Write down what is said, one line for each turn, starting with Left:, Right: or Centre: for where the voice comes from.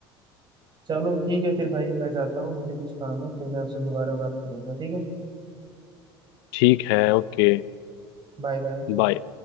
Right: चलो ठीक है फिर भाई मैं जाता हूँ मुझे कुछ काम है फिर मैं आपसे दोबारा बात करूंगा ठीक है
Left: ठीक है ओके
Right: Bye bye
Left: बाय